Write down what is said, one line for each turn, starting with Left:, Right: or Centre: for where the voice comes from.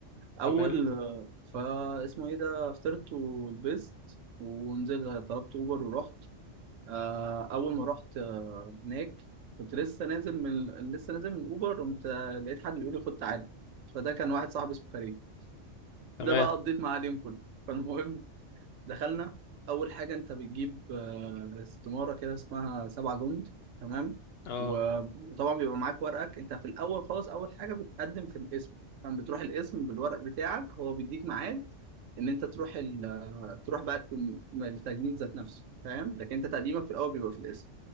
Right: أول
Left: تمام
Right: فا اسمه إيه ده فطرت ولبست ونزلت طلبت أوبر ورحت آه، أول ما رحت آه، هناك كنت لسه نازل من لسه نازل من أوبر قمت آه، لقيت حد بيقول لي خد تعالى فده كان واحد صاحبي اسمه كريم
Left: تمام
Right: ده بقى قضيت معاه اليوم كله فالمهم دخلنا اول حاجه انت بتجيب آه، استماره كده اسمها سبعة جند تمام
Left: اه
Right: و- وطبعا بيبقى معاك ورقك انت في الاول خالص اول حاجه بتقدم في القسم فاهم بتروح القسم بالورق بتاعك هو بيديك ميعاد ان انت تروح ال... تروح بقى التم- التجنيد ذات نفسه فاهم لكن انت تقديمك في الاول بيبقى في القسم